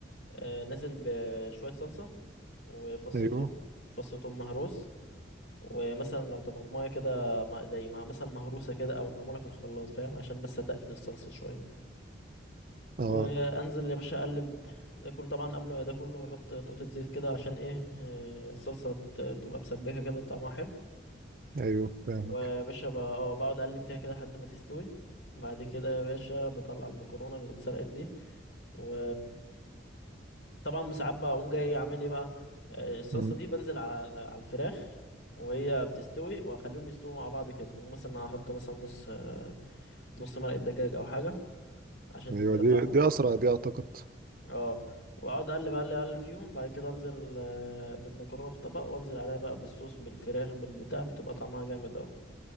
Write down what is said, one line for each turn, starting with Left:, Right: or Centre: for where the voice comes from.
Left: آه نازل بشوية صلصة وفص
Right: ايوه
Left: ثوم فص ثوم مهروس ومثلا لو طماطمايه كده مع- زي مع مثلا مهروسة كده او معمولة في الخلاط فاهم عشان بس اتقل الصلصة شوية
Right: اه
Left: وانزل يا باشا اقلب ده كله طبعا قبل ما ده كله احط نقطة زيت كده عشان ايه آه، الصلصة ت- تبقى مسبكة كده طعمها حلو
Right: ايوه فاهمك
Left: ويا باشا ب- اه بقعد اقلب فيها كده لحد ما تستوي بعد كده يا باشا بطلع المكرونة اللي اتسلقت دي و طبعا ساعات بقوم جاي عامل ايه بقى آه، الصلصه
Right: مم.
Left: دي بنزل على ال- على الفراخ وهي بتستوي واخليهم يستووا مع بعض كده هم مثلا أنا هحط مثلا نص آه، نص مرقه دجاج او حاجه عشان
Right: ايوه
Left: تديها طعم
Right: دي دي اسرع دي اعتقد
Left: اه واقعد اقلب اقلب اقلب فيهم بعد كده انزل آه، بالمكرونه في طبق وانزل عليها بقى بالصوص بالفراخ بالبتاع بتبقى طعمها جامد اوي